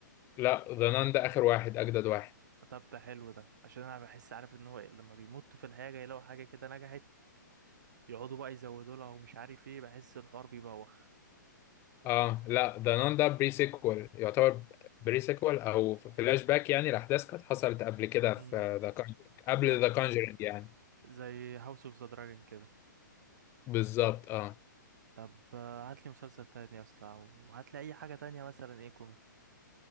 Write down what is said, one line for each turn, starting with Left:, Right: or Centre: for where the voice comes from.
Left: لا ذا نان ده اخر واحد اجدد واحد
Right: طب ده حلو ده عشان انا بحس عارف ان هو إيه، لما بيمطوا في الحاجه يلاقوا حاجه كده نجحت يقعدوا بقى يزودوا لها ومش عارف ايه بحس الحوار بيبوخ
Left: اه لا ذا نان ده بري سيكوال يعتبر بري سيكوال او فلاش باك يعني لاحداث كانت حصلت قبل كده في
Right: امم
Left: ذا كونجرينج قبل
Right: زي
Left: ذا كونجرينج يعني
Right: زي هاوس اوف ذا دراجون كده
Left: بالظبط اه
Right: طب هات لي مسلسل تاني يا اسطى او هات لي اي حاجه تانية مثلا ايه كوميدي